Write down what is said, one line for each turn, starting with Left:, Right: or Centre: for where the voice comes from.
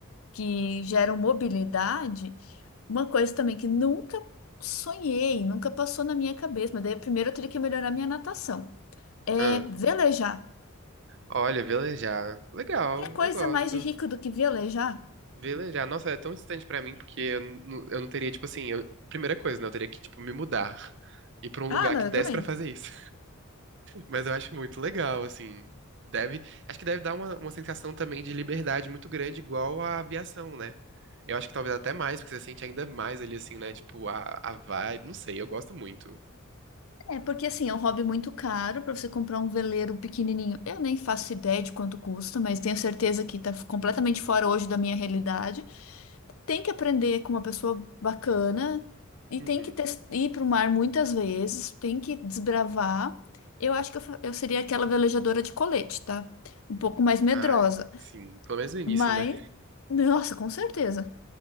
Left: que geram mobilidade, uma coisa também que nunca sonhei, nunca passou na minha cabeça, mas daí primeiro eu teria que melhorar minha natação. É
Right: Ah,
Left: velejar.
Right: olha, velejar. Legal,
Left: Que
Right: eu
Left: coisa
Right: gosto.
Left: mais de rico do que velejar?
Right: Velejar. Nossa, é tão distante pra mim, porque eu, não- eu não teria, tipo assim, eu- primeira coisa, né? Eu teria que, tipo, me mudar. <laughs> Ir pra um
Left: Ah,
Right: lugar
Left: não,
Right: que
Left: eu
Right: desse
Left: também.
Right: pra fazer isso. Mas eu acho muito legal, assim. Deve, acho que deve dar uma, uma sensação também de liberdade muito grande, igual a aviação, né? Eu acho que talvez até mais, porque você sente ainda mais ali, assim, né? Tipo, a, a vibe. Não sei, eu gosto muito.
Left: É, porque assim, é um hobby muito caro para você comprar um veleiro pequenininho. Eu nem faço ideia de quanto custa, mas tenho certeza que tá completamente fora hoje da minha realidade. Tem que aprender com uma pessoa bacana e
Right: Uhum.
Left: tem que tes- ir para o mar muitas vezes, tem que desbravar. Eu acho que eu, fa- eu seria aquela velejadora de colete, tá? Um pouco mais medrosa,
Right: Ai, sim. Pelo menos no início,
Left: mas
Right: né?
Left: nossa, com certeza.